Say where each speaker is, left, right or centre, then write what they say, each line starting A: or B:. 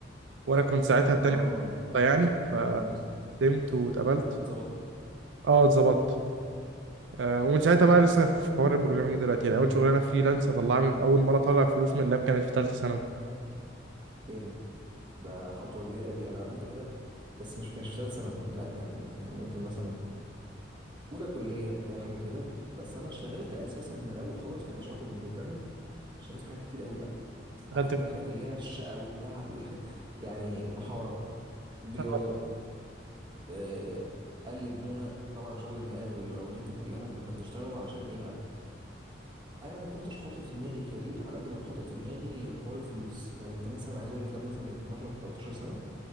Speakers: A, on the right; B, on the right.
A: وأنا كنت ساعتها
B: اه
A: التاني يعني
B: تمام
A: فقدمت واتقبلت
B: فاتظبط
A: اه اتظبطت آه، ومن ساعتها بقى لسه في حوار البروجرامينج دلوقتي يعني اول شغلانه فريلانس طلعها من اول مره طلع فلوس من اللاب كانت في ثالثه ثانوي
B: جامد ده خطوه كبيره قوي انا عملت كده بس مش كانش في ثالث ثانوي لا كان كان ممكن مثلا اولى كليه بتاع حاجه كده بس انا اشتغلت اساسا من الاول خالص ماليش علاقه بالبروجرامنج اشتغلت في حاجات كتير قوي بقى
A: دخلت في
B: عارف
A: تالتة
B: انت الحاجات اللي هي الشقه والتعب وال... <laughs> يعني محاره بياضه
A: ثانوي،
B: آه قلب مونا طبعا شغل المقاول والمقاولين دي كلها كنا بنشتغله علشان ايه بقى انا ما كنتش حاطط في دماغي كارير على قد ما حاطط في دماغي حوار الفلوس يعني انت مثلا عايز اقول لك الكلام ده مثلا من 12 13 سنه